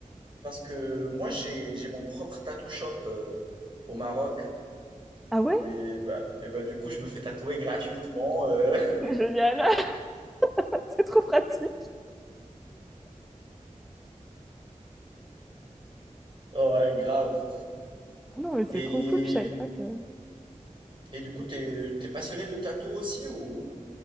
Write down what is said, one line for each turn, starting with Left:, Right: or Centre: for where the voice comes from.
Right: parce que moi, j'ai, j'ai mon propre tattoo shop euh, au Maroc.
Centre: Ah ouais?
Right: Et bah, et bah, du coup, je me fais tatouer gratuitement. euh. <laughs>
Centre: C'est génial. <laughs> c'est trop pratique.
Right: Ouais, grave.
Centre: Ah Non, mais c'est
Right: Et,
Centre: trop cool. Je savais pas que.
Right: et du coup, t'es, t'es passionné de tatou aussi ou ou